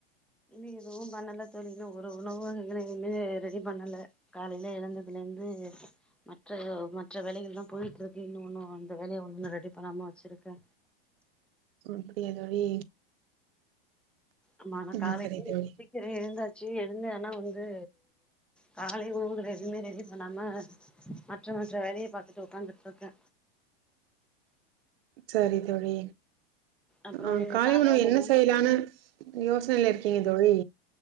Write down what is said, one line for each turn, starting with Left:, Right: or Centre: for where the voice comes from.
Centre: இன்ன எதுவு பண்ணல தோழி ஒரு உணவு எங்க இன்ன ரெடி பண்ணல காலையில எழுந்ததுலேந்து மற்ற மற்ற வேலைகள் தா போயிட்டு இருக்கு இன்னு ஒன்னு அந்த வேலைய ஒன்னு ரெடி பண்ணாம வச்சிருக்கே
Right: அப்படியா தோழி
Centre: அம்மா தா
Right: ஆ
Centre: காலக்கி
Right: சரி தோழி
Centre: சீக்கிறோ எழுந்தாச்சு எழுந்து ஆனா வந்து காலை உணவுககள் எதுவுமே ரெடி பண்ணாம மற்ற மற்ற வேலய பார்த்துட்டு உக்காந்துட்ருக்கே
Right: சரி தோழி
Centre: அப்புறோ
Right: அ
Centre: நீங்க
Right: காலை உணவு
Centre: உணவுலா
Right: என்ன செய்லான்னு யோசனைல இருக்கீங்க தோழி